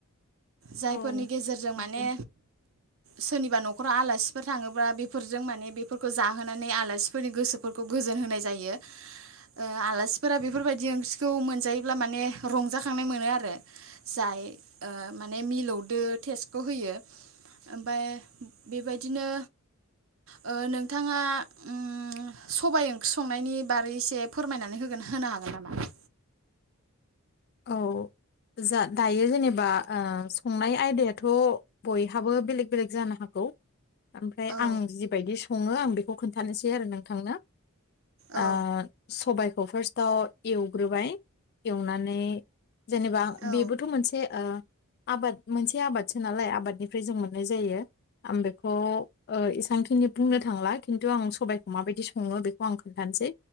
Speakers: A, on the right; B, on the left.
A: जायफोरनि
B: औ
A: गेजेरजों
B: नंगौ
A: माने सोरनिबा न'खराव आलासिफोर थाङोब्ला बेफोरजों माने बेफोरखौ जाहोनानै आलासिफोरनि गोसोफोरखौ गोजोन होनाय जायो। रो ओ आलासिफोरा बेफोरबायदि ओंख्रिखौ मोनजायोब्ला माने रंजाखांनाय मोनो आरो जाय ओ माने मिलौदो टेस्टखौ होयो ओमफ्राय बेबायदिनो ओ नोंथाङा ओ सबाइ ओं संनायनि बारै एसे फोरमायनानै होगोन होनो हागोन नामा
B: औ जा दायो जेनेबा ओ संनाय आयदायाथ' बयहाबो बेलेक बेलेक जानो हागौ ओमफ्राय
A: औ
B: आं जिबायदि सङो आं बेखौ खौ खोन्थानोसै आरो नोंथांनो
A: औ
B: आ सबाय खौ फार्स्टआव एवग्रोबाय एवनानै <inaudible> जेनेबा
A: औ
B: बेबोथ' मोनसे ओ आबाद मोनसे आबादसो नालाय आबादनिफ्राय जों मोननाय जायो आं बेखौ ओ इसां बेखिनि बुंनो थांला खिन्थु आं सबाइखौ माबायदि सङो बेखौ आं खोन्थानोसै